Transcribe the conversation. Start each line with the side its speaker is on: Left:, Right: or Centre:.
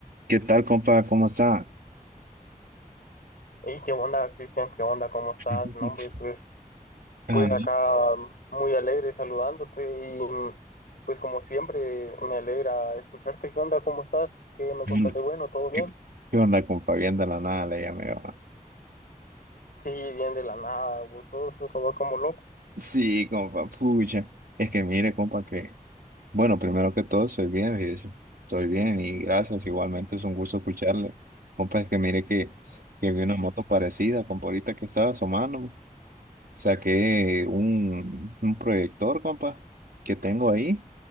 Right: ¿Qué tal, compa? ¿Cómo está?
Left: Hey, ¿qué onda, Cristian? ¿Qué onda? ¿Cómo estás?
Right: <laughs>
Left: No, hombre, pues,
Right: Ah,
Left: pues acá muy alegre saludándote y pues como siempre me alegra escucharte. ¿Qué onda? ¿Cómo estás? ¿Qué me
Right: ¿Qué
Left: contas
Right: onda,
Left: de bueno? ¿Todo bien?
Right: ¿Qué- qué onda, compa? Bien de la nada le llamé. va.
Left: Sí, bien de la nada, gozoso, solo como loco.
Right: Sí, compa, pucha. Es que mire, compa, que... Bueno, primero que todo, estoy bien, fíjese. Estoy bien y gracias. Igualmente es un gusto escucharle. Compa, es que mire que, que vi una moto parecida, compa, ahorita que estaba asomando. Saqué un, un proyector, compa, que tengo ahí